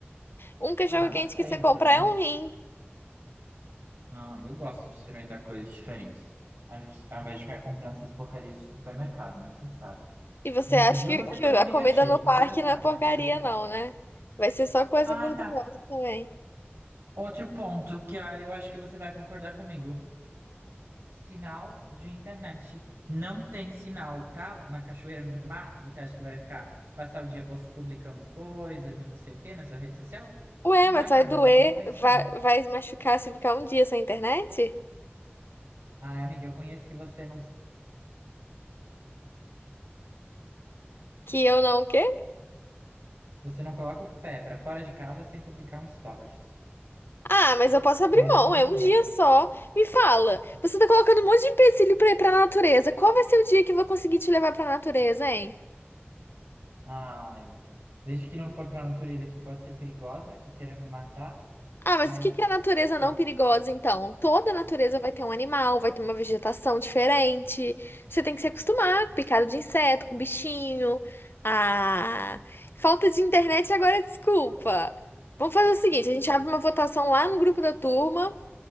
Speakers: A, on the left; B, on the right.
A: Um cachorro
B: Ah,
A: quente
B: eu sei,
A: que você
B: mas
A: comprar
B: pelo menos.
A: é um rim.
B: Ah, eu gosto de experimentar coisas diferentes. Ao invés ao invés de ficar comprando essas porcarias de supermercado, né? Você sabe.
A: E você
B: Enfim,
A: acha
B: eu
A: que,
B: vou ser
A: que
B: todo
A: a
B: negativo,
A: comida no
B: você
A: parque
B: já sabe,
A: não é porcaria,
B: né, pra cachoeira.
A: não, né? Vai ser só coisa
B: Ah,
A: gordurosa
B: tá.
A: também.
B: Outro ponto que ah, eu acho que você vai concordar comigo. Sinal de internet. Não tem sinal, tá? Na cachoeira, no meio do mato, você acha que vai ficar, passar o dia pos- publicando coisas, não sei o quê, na sua rede social?
A: Ué,
B: Não
A: mas
B: vai nada,
A: vai doer,
B: porque não tem sinal.
A: vai, vai machucar se ficar um dia sem internet?
B: Ai, amiga, eu conheço que você não.
A: Que eu não, o quê?
B: Você não coloca o pé pra fora de casa sem publicar um stories.
A: Ah, mas eu posso abrir
B: Conheço
A: mão,
B: muito
A: é um
B: bem.
A: dia só. Me fala, você tá colocando um monte de empecilho pra ir pra natureza. Qual vai ser o dia que eu vou conseguir te levar pra natureza, hein?
B: Ai, desde que não for pra natureza que pode ser perigosa, que queira me matar,
A: Ah, mas
B: aí
A: o que que é a natureza
B: pô.
A: não perigosa, então? Toda natureza vai ter um animal, vai ter uma vegetação diferente. Você tem que se acostumar com picada de inseto, com bichinho. Ah, falta de internet agora, é desculpa. Vamos fazer o seguinte,
B: Hum,
A: a gente abre uma votação lá no grupo da turma